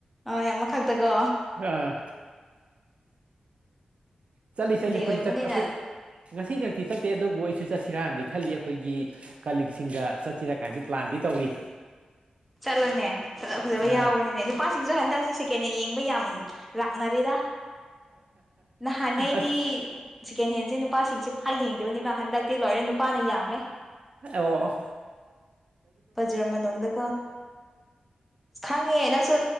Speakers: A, in the centre; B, on the right.
A: ꯍꯣꯏ ꯑꯃꯛꯇꯀꯣ
B: ꯑꯥ ꯆꯠꯂꯤ ꯆꯠꯂꯤ ꯑꯩꯈꯣꯏꯁꯨ
A: ꯑꯣꯏꯕꯅꯤꯅ
B: ꯆꯦ ꯑꯩꯈꯣꯏ ꯉꯁꯤꯗꯛꯇꯤ ꯆꯠꯇꯦ ꯑꯗꯨꯕꯨ ꯑꯩ ꯁꯤꯨ ꯆꯠꯁꯤꯔꯛꯀꯥꯟꯗꯤ ꯈꯜꯂꯤ ꯑꯩꯈꯣꯏꯒꯤ ꯀꯂꯤꯛꯁꯤꯡꯒ ꯆꯠꯁꯤꯔꯀꯥꯟꯗꯤ ꯄ꯭ꯂꯥꯟꯗꯤ ꯇꯧꯔꯤ
A: ꯆꯠꯂꯣꯅꯦ ꯆꯠꯂ ꯐꯖꯕ
B: ꯑꯥ
A: ꯌꯥꯎꯕꯅꯤꯅꯦ ꯅꯨꯄꯥꯁꯤꯡꯁꯨ ꯍꯟꯗꯛꯁꯦ ꯁꯦꯀꯟꯅ ꯌꯦꯡꯕ ꯌꯥꯝ ꯎ ꯂꯥꯛꯅꯦꯗꯥ ꯅꯍꯥꯟꯉꯩꯗꯤ
B: ꯑꯁ
A: ꯁꯦꯀꯦꯟ ꯍꯦꯟꯁꯦ ꯅꯨꯄꯥꯁꯤꯡꯁꯦ ꯐꯥ ꯌꯦꯡꯗꯕꯅꯦꯕ ꯍꯟꯗꯛ ꯏꯤ ꯂꯣꯏꯔꯦ ꯅꯨꯄꯥꯅ ꯌꯥꯝꯃꯦ
B: ꯑꯕꯣ
A: ꯖꯤꯔꯥ ꯃꯅꯨꯡꯗꯒ ꯈꯪꯉꯦ ꯅꯪꯁꯨ